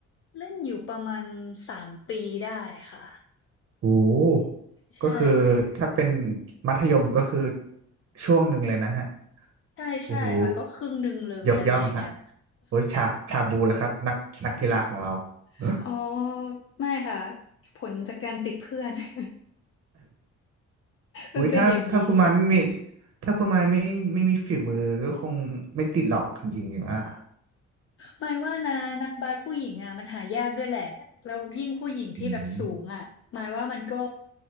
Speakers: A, on the left; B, on the right.
A: เล่นอยู่ประมาณสามปีได้ค่ะ
B: โอ้โห
A: ใช่เลย
B: ก็คือถ้าเป็นมัธยมก็คือช่วงหนึ่งเลยนะฮะ
A: ใช่ใช่ค่ะก็ครึ่งหนึ่งเลยอะไรอย่างเงี้ย
B: โอ้โห ยกย่องฮะโอ้ยชาชาบูแหละครับนักนักกีฬาของเราเออ
A: <laughs> อ๋อไม่ค่ะผลจากการติดเพื่อน <laughs>
B: อุ้ยถ้าถ้าคุณมันไม่มี
A: มันเป็นอย่างนี้
B: ถ้าคุณมันไม่ไม่มีฝีมือก็คงไม่ติดหรอกจริงๆอ่ะ
A: หมายว่านะนักบาสผู้หญิงอ่ะมันหายากด้วยแหละแล้วยิ่งผู้หญิงที่แบบสูงอ่ะหมายว่ามันก็
B: อืม